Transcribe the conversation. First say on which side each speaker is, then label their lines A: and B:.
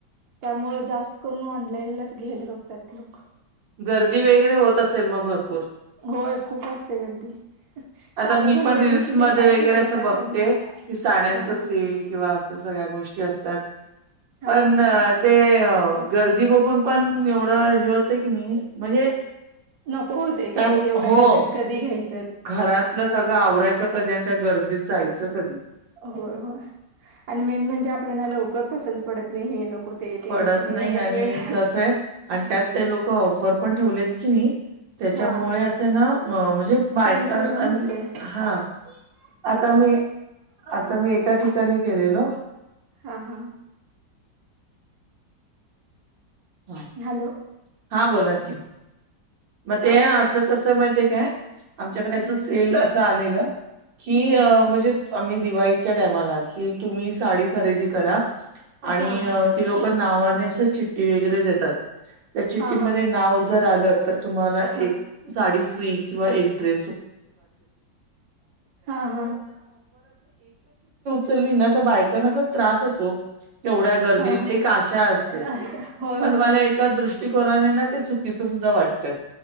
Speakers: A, on the right; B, on the right.
A: त्यामुळे जास्त करून ऑनलाईनलाच घ्यायलं बघतात लोक
B: गर्दी वगैरे होत असेल मग भरपूर
A: होय खूप असते गर्दी
B: आता
A: चालू
B: मी
A: झालेल्या
B: पण रीलसमध्ये
A: दिवशी तरी पाय
B: वगैरे
A: ठेवायला
B: असं
A: जागा
B: बघते
A: नसते
B: की साड्यांचा
A: हा हा
B: सेल किंवा असं सगळ्या गोष्टी त्या असात
A: हा
B: पण
A: हा हा.
B: ते गर्दी बघून पण एवढं हे होतं की नाही म्हणजे
A: नको होते
B: काय
A: का एवढ्या
B: हो
A: गर्दीत कधी घ्यायच
B: घरातलं सगळं आवरायचं कधी आणि त्या गर्दीत जायचं कधी
A: होय हो आणि मेन म्हणजे आपल्याला लवकर पसंत पडत नाही हे नको ते ते
B: पडत
A: नको हे
B: नाही
A: ह्याच्यात
B: आणि
A: वेळ
B: कसंय आणि त्यात ते लोक ऑफर पण ठेवलेत की नाही त्याच्यामुळे
A: हा
B: असं ना म्हणजे बायका
A: कन्फ्युजन होते
B: हा
A: हा
B: आता
A: हा
B: मी आता मी एका ठिकाणी गेलेलो
A: हां हां
B: ह
A: हॅलो
B: हा बोला कि मग
A: काय
B: ते असं
A: बोलत होता
B: कसं माहिितय काय आमच्याकडे
A: हम्म
B: असं सेल
A: हम्म
B: असं आलेलं ही
A: हम्म हम्म
B: म्हणजे आम्ही दिवाळीच्या टामाला कि तुम्ही साडी खरेदी करा आणि
A: हा हा
B: ती लोक नावानेस चिठ््टठी वगैरे देतात त्या चिठ्ठीमध्ये
A: हा हा
B: नाव जर आलं तर तुम्हाला एक
A: हा
B: साडी फ्री किंवा एक त
A: हा हा
B: चली ना तर बायकांना अस त्रास होतो एवढ्या गर्दीत
A: हा हा
B: एक आशा असते
A: अ होय
B: पण
A: होय
B: मला एका दृष्टीकोनाने ना ते चुकीचं सुद्धा वाटतय